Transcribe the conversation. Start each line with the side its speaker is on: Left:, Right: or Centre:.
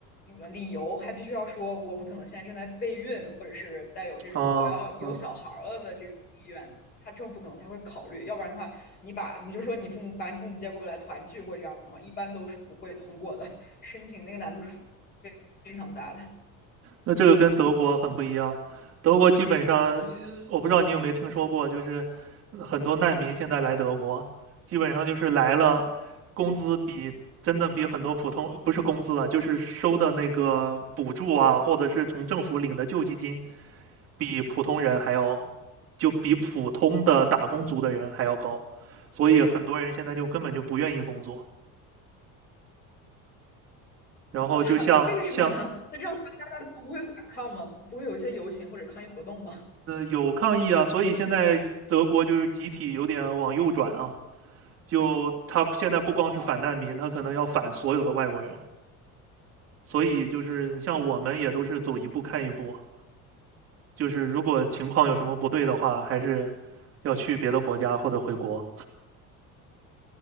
Left: 呃理由还必须要说我们可能现在正在备孕，或者是带有这种我要有小孩儿了的这种意愿，
Right: 哦，嗯。
Left: 他政府可能才会考虑。要不然的话，你把你就说你父母把你父母接过来团聚或者这样的话，一般都是不会通过的。申请那个难度是非常大的
Right: 那这个跟德国很不一样，德国基本上，呃我不知道你有没有听说过，就是很多难民现在来德国，基本上就是来了，工资比真的比很多普通，不是工资啊，就是收的那个补助啊，或者是从政府领的救济金，比普通人还要，就比普通的打工族的人还要高，所以很多人现在就根本就不愿意工作，然后就像像
Left: 啊！为什么呢？那这样大家不会反抗吗？不会有一些游行或者抗议活动吗？
Right: 有抗议啊，所以现在德国就是集体有点往右转啊，就他现在不光是反难民，
Left: 啊！
Right: 他可能要反所有的外国人，所以就是像我们也都是走一步看一步啊，就是如果情况有什么不对的话，还是要去别的国家或者回国。